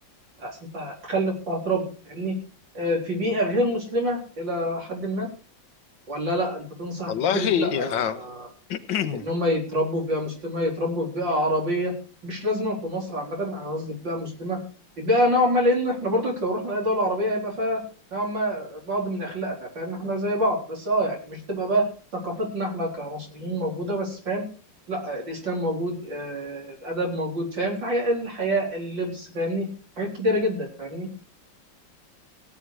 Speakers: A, on the right; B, on the left.
A: أصل انت هتخلف وهتربي فاهمني آه، في بيئه غير مسلمه الى حد ما ولا لا انت تنصح بفكره
B: والله يا
A: لا آه،
B: <clears throat>
A: ان هم يتربوا في بيئه مسلمه يتربوا في بيئه عربيه مش لازما في مصر عامه انا قصدي في بيئه مسلمه في بيئه نوعا ما لان احنا برضو لو رحنا اي دوله عربيه هيبقى فيها نوعا ما بعض من اخلاقنا فاهم احنا زي بعض بس اه يعني مش تبقى بقى ثقافتنا احنا كمصريين موجوده بس فاهم لا الاسلام موجود آه الادب موجود فاهم في حاجه الحياه اللبس فاهمني حاجات كتيره جدا فاهمني